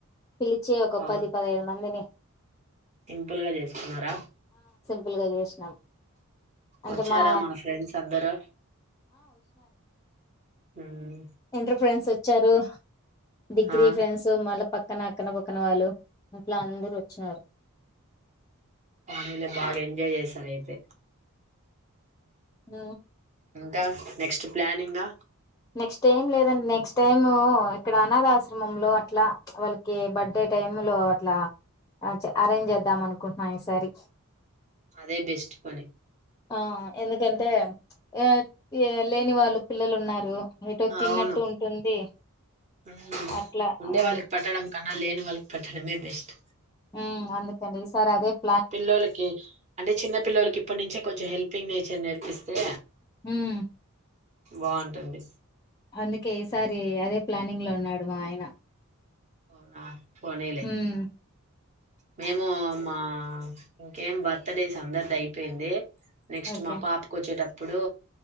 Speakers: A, on the left; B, on the right.
A: పిలిచి ఒక
B: అవును
A: పది పదహైదు మందిని
B: సింపుల్ గా చేసుకున్నారా?
A: పులుగ చేసినాం. అంటే
B: ఒచ్చారా
A: మా
B: మన ఫ్రెండ్స్ అందరు? హ్మ్
A: ఎంటరు ఫ్రెండ్స్ వచ్చారు, డిగ్రీ
B: ఆ
A: ఫ్రెండ్స్, మళ్ళ పక్ క్కన అక్కన పక్కన వాళ్ళు. మ్ యా, అందరు వచ్చినారు.
B: పోనిలే, బాగా ఎంజాయ్ చేశారయితే?
A: అ
B: ఇంకా? నెక్స్ట్ ప్లానింగా?
A: నెక్స్ట్ ఏం లేదండి. నెక్స్ట్ టైము ఇక్కడ అనాథాశ్రమంలో అట్లా వాళ్ళకి, బర్త్డే టైమ్ లో అట్లా, చె అరేంజ్ చేద్దాం అనుకుంటున్నాం ఈసారి.
B: అదే బెస్ట్ పని.
A: ఆ ఎందుకంటే, ఎట్ ఏ లేని వాళ్ళు పిల్లలు ఉన్నార్ రూ ఏటో తిన్నట్టు
B: అవును
A: ఉంటుంది,
B: మ్మ్.
A: అట్లా
B: ఉండే
A: ఉమ్.
B: వాళ్ళకి పెట్టడం కన్నా, లేని వాళ్ళక్ పెట్టడమే బెస్ట్.
A: ఉమ్, అందుకండి ఈసారదే ప్
B: పిల్లోల్లకి అంటే, చిన్న పిల్లోలకి ఇప్పటి నుంచే కొంచెం హెల్పింగ్ నేచ్ చర్ నేర్పిస్తే
A: హ్మ్
B: బాగుంటుంది.
A: అందుకే, ఈసారి అదేప్ ప్లానింగ్ లో ఉన్నాడు మా ఆయన.
B: అవునా! పోనీలే,
A: ఉమ్
B: మేము మా ఆ, ఇంకేం బర్త్డేస్ అందర్దైపోయింది? నెక్స్ట్,
A: ఓకే
B: మా పాపకోచేటప్ ఇప్పుడూ